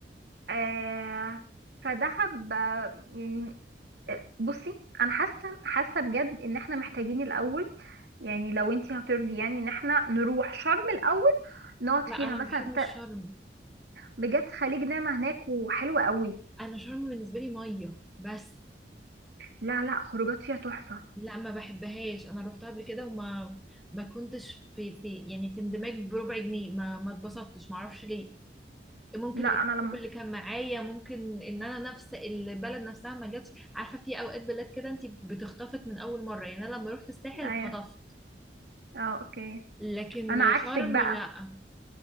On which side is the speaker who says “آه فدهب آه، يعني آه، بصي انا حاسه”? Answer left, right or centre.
Right